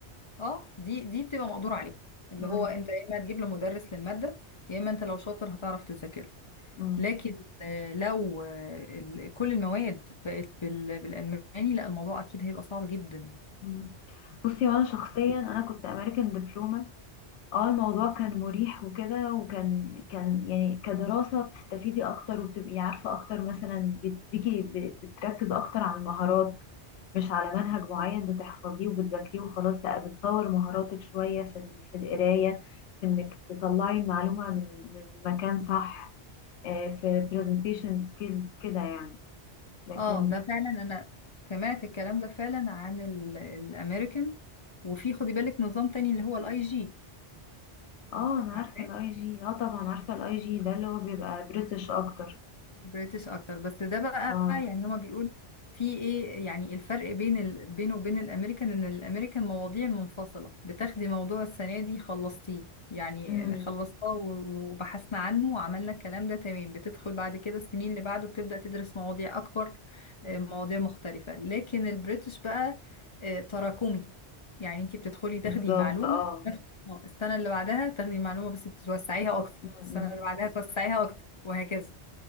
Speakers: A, on the left; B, on the left.
A: اه دي دي بتبقى مقدور عليها اللي
B: مم.
A: هو انت يا اما تجيب له مدرس للمادة يا اما انت لو شاطر هتعرف تذاكر له.
B: مم.
A: لكن آه، لو آه، ال- كل المواد بقت بال- بالألماني لا الموضوع أكيد هيبقى صعب جدا
B: مم. بصي وانا شخصيا انا كنت امريكان دبلومه اه الموضوع كان مريح وكده وكان كان يعني كدراسة بتستفيدي اكتر وبتبقي عارفة اكتر مثلا بتديكي ب- بتركز اكتر على المهارات مش على منهج معين بتحفظيه وبتذاكريه وخلاص لا بتطور مهاراتك شوية في ال- في القراية في انك تطلعي المعلومة من من مكان صح آه، في presentation skills كده يعني لكن
A: اه ده فعلا انا سمعت الكلام ده فعلا عن ال- الامريكان وفي خدي بالك نظام تاني اللي هو الاي جي
B: اه انا
A: عارفاه
B: عارفة الاي جي اه طبعا عارفة الاي جي ده اللي هو بيبقى بريتش اكتر
A: بريتش اكتر بس ده بقى
B: اه
A: يعني هما بيقولوا في ايه يعني الفرق بين ال... بينه وبين الامريكان ان الامريكان مواضيع منفصلة بتاخدي موضوع السنة دي خلصتيه يعني
B: امم
A: خلصتها و- وبحثنا عنه وعملنا الكلام ده تمام بتدخل بعد كده السنين اللي بعده بتبدأ تدرس مواضيع اكبر آه، مواضيع مختلفة لكن البريتش بقى آه، تراكمي يعني انتي بتدخلي تاخدي
B: بالظبط
A: المعلومة
B: اه
A: نفس- آه، السنة اللي بعدها تاخدي المعلومة بس توسعيها اكتر
B: م-م.
A: السنة اللي بعدها توسعيها اكتر وهكذا